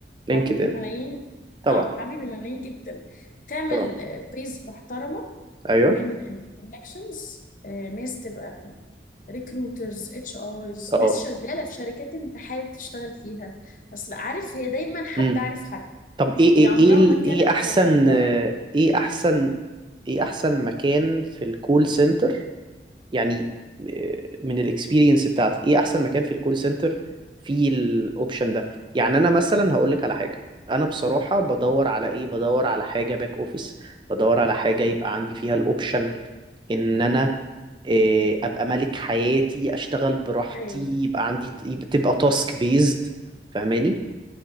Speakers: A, on the right; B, on the left.
A: لينكد
B: حبيب الملايين
A: ان طبعا
B: اه حبيب الملايين جدا تعمل
A: اه
B: بيز محترمة
A: ايوه
B: من الكونكشنز ناس تبقى ريكروترز اتش ارز
A: اه
B: ناس شغاله في شركات انت حابب تشتغل فيها اصل عارف هي دايما حد
A: امم
B: عارف حد
A: طب ايه ايه
B: هي عمرها
A: ايه ال-
B: ما كانت
A: ايه احسن
B: ابلاي
A: آه، ايه احسن ايه احسن مكان في الكول سنتر يعني آه، من الاكسبيرينس بتاعتك ايه احسن مكان في الكول سنتر فيه الاوبشن ده يعني انا مثلا هقول لك على حاجه انا بصراحه بدور على ايه بدور على حاجه باك اوفيس بدور على حاجه يبقى عندي فيها الاوبشن ان انا إيه، ابقى ملك حياتي اشتغل براحتي
B: ايوه
A: يبقى عندي يبقى تبقى تاسك بيزد فاهماني